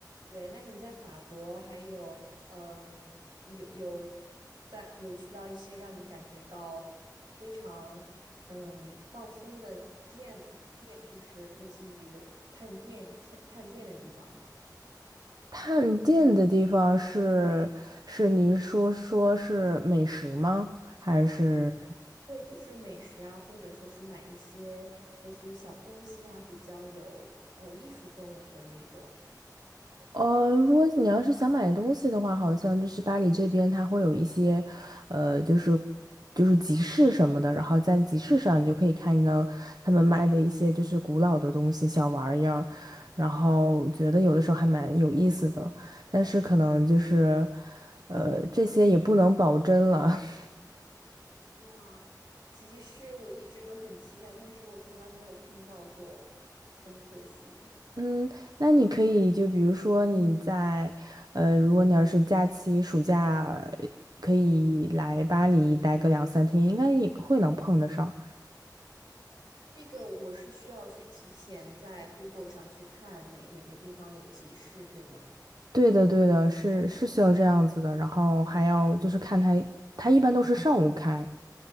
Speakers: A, on the right; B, on the right.
A: 对，那你在法国还有嗯有有在有去到一些让你感觉到非常嗯放松的店店，就是类似于探店探探店的地方吗？
B: 探店的地方是是你是说说是美食吗？还是？
A: 对，就是美食啊，或者说是买一些类似于小东西啊，比较有呃艺术氛围的那种
B: 呃，如果你要是想买东西的话，好像就是巴黎这边它会有一些，呃，就是就是集市什么的，然后在集市上你就可以看到他们卖的一些就是古老的东西、小玩意儿，然后觉得有的时候还蛮有意思的，但是可能就是，呃，这些也不能保真了。<laughs>
A: 哇，集市，我一直都很期待，但是我从来没有碰到过，很可惜。
B: 嗯，那你可以就比如说你在，呃，如果你要是假期暑假呃可以来巴黎待个两三天，应该也会能碰得上。
A: 这个我是需要去提前在 Google 上去看哪哪个地方有集市，对吗？
B: 对的，对的，是是需要这样子的。然后还要就是看它，它一般都是上午开，